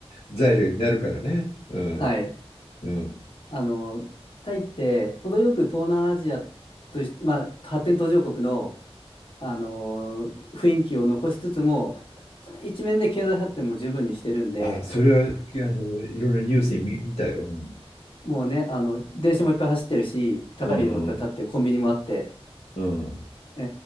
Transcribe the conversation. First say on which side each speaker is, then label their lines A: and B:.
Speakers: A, on the left (about 80°); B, on the left (about 55°).
A: 材料になるからね。うん。
B: <laughs> はい。
A: うん。
B: あのータイって程よく東南アジアとし、まあ、発展途上国の、あのー雰囲気を残しつつも、一面で経済発展も十分にしてるんで、
A: あ、それは、あの、いろんなニュースに見、見たよ。うん
B: もうね、あの、電車もいっぱい走ってるし、高いビルもいっぱい建って、
A: うんうん
B: コンビニもあって、
A: うんうん。
B: え